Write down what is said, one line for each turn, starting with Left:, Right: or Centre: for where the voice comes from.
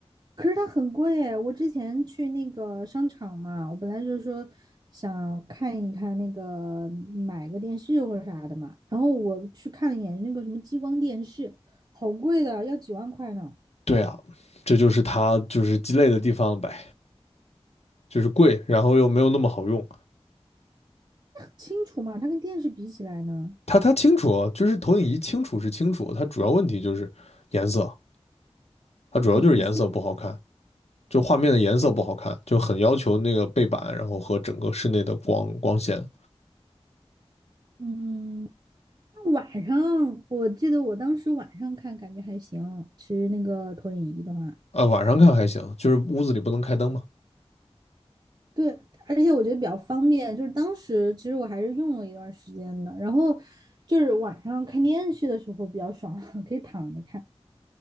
Right: 可是它很贵诶我之前去那个商场嘛，我本来就是说想看一看那个买个电视或者啥的嘛，然后我去看了一眼那个什么激光电视，好贵的，要几万块呢。
Left: 对啊，这就是它就是鸡肋的地方呗，就是贵，然后又没有那么好用。
Right: 清楚嘛，它跟电视比起来呢，
Left: 它它清楚哦，就是投影仪清楚是清楚，它主要问题就是颜色。它主要就是颜色不好看，
Right: 颜色，
Left: 就画面的颜色不好看，就很要求那个背板，然后和整个室内的光光线。
Right: 嗯，那晚上我记得我当时晚上看感觉还行，其实那个投影仪的话，
Left: 啊，晚上看还行，就是屋子里不能开灯嘛，
Right: 对，而且我觉得比较方便。就是当时其实我还是用了一段时间的，然后就是晚上看电视的时候比较爽，<laughs> 可以躺着看。